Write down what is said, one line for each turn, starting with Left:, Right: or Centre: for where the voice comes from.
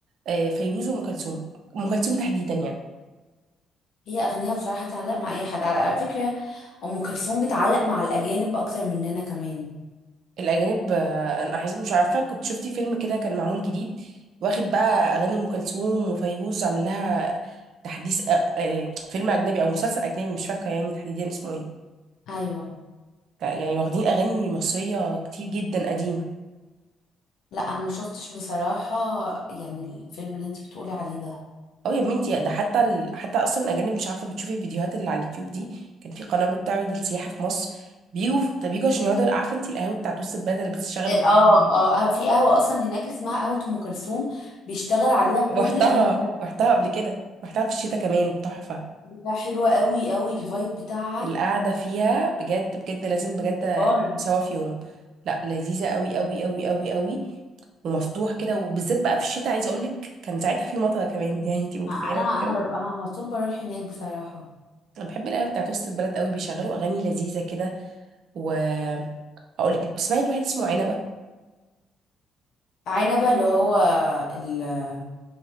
Right: آه، فيروز وام كلثوم ام كلثوم تحديدا يعني
Left: هي أغنية بصراحة تعلق مع أي حد على على فكرة أم كلثوم بتعلق مع الأجانب أكتر مننا كمان
Right: الأجانب آه، أنا عايزة مش عارفة كنت شفتي فيلم كده كان معمول جديد واخد بقى أغاني أم كلثوم وفيروز عامل لها تحديث آه، آه، فيلم أجنبي أو مسلسل أجنبي مش فاكرة يعني تحديدا اسمه إيه
Left: أيوة
Right: ف- يعني واخدين أغاني مصرية كتير جدا قديمة
Left: لا أنا ما شفتش بصراحة يعني الفيلم اللي انت بتقولي عليه ده
Right: أه يا بنتي ده حتى ال... حتى أصلا الأجانب مش عارفة بتشوفي الفيديوهات اللي على اليوتيوب دي كان في قناة بتعرض السياحة في مصر بيجوا طب بيجوا عشان يقعدوا عارفة أنت القهاوي بتاعت وسط البلد اللي بتشتغل أم كلثوم
Left: اه
Right: دي
Left: اه آه، في قهوة أصلا هناك اسمها قهوة أم كلثوم بيشتغل عليها
Right: رحتها
Left: كل الأغاني بتاعتها
Right: رحتها قبل كده رحتها في الشتاء كمان تحفة
Left: لا حلوة قوي قوي الفايب بتاعها
Right: القعدة فيها بجد بجد لازم بجد
Left: بارة
Right: سوا في يوم لا لذيذة قوي قوي قوي قوي قوي ومفتوح كده وبالذات بقى في الشتاء عايزة اقولك كان ساعتها في مطر كمان <laughs> يعني انتي متخيلة
Left: انا
Right: الجو
Left: انا انا على طول بروح هناك بصراحة
Right: انا بحب القهوة بتاعت وسط البلد قوي بيشغلوا اغاني لذيذة كده واقول لك بتسمعي لواحد اسمه عنبة
Left: عنبة اللي هو ال-